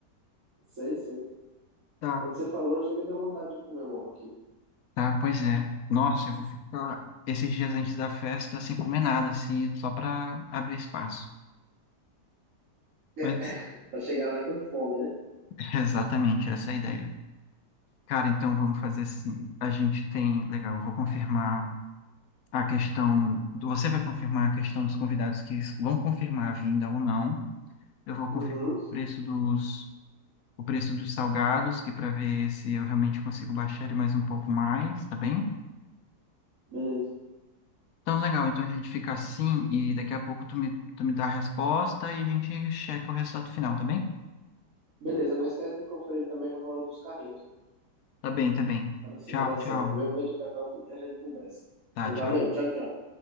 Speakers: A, on the right (about 50°); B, on the left (about 65°).
A: Sei, sei.
B: tá
A: Quando você falou, chega deu vontade de comer um aqui.
B: Tá, pois é. Nossa, eu vou ficar esses dias antes da festa sem comer nada, assim, só para abrir espaço.
A: <laughs>
B: Mas
A: Pra chegar lá com fome, né?
B: <laughs> exatamente essa é a ideia. Cara, então vamos fazer assim. A gente tem, legal, eu vou confirmar a questão, você vai confirmar a questão dos convidados que vão confirmar a vinda ou não. Eu vou confirmar
A: Uhum.
B: o preço dos o preço dos salgados, que para ver se eu realmente consigo baixar ele mais um pouco mais, tá bem?
A: Beleza.
B: Então, legal. Então a gente fica assim e daqui a pouco tu me, tu me dá a resposta e a gente checa o resultado final, tá bem?
A: Beleza, não esquece de conferir também o valor dos carrinhos.
B: Tá bem, tá bem.
A: Pra ver se
B: Tchau,
A: vai dar
B: tchau.
A: certo. Vê o vídeo de cada um que a gente conversa.
B: Tá,
A: Então,
B: tchau.
A: valeu. Tchau, tchau.